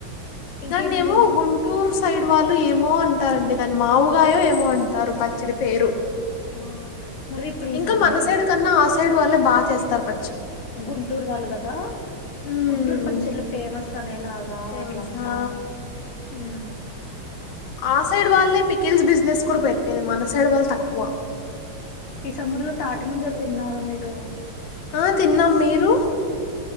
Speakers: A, on the left; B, on the left.
A: ఇంకేంటి
B: దానేమో,
A: మీరు
B: గుంటూరు సైడ్ వాళ్ళు ఏమో అం టారండి దాన్ మావుగాయో ఏమో అంటారు. పచ్చడి పేరు
A: ఆ మరిపుడు ఈ
B: ఇంకా
A: సమ్మర్
B: మన
A: లో
B: సైడ్ కన్నా ఆ సైడ్ వాళ్ళే బా చేస్తార్ ప
A: గుంటూరు వాళ్ళు గదా
B: హ్మ్.
A: గుంటూర్ పచ్చలు ఫేమస్ సమేల్ ఇలాగా
B: ఫేమస్.
A: అట్లంతా
B: ఆ!
A: ఉ
B: ఆ సైడ్ వాళ్ళ పికిల్స్ బిజినెస్ కూడా పెట్టేది మన అసైడ్డ వాళ్ తక్కువ
A: ఈ సముర లో తాటిమజలు తిన్నారా మీరు
B: ఆ తిన్నాం మీరు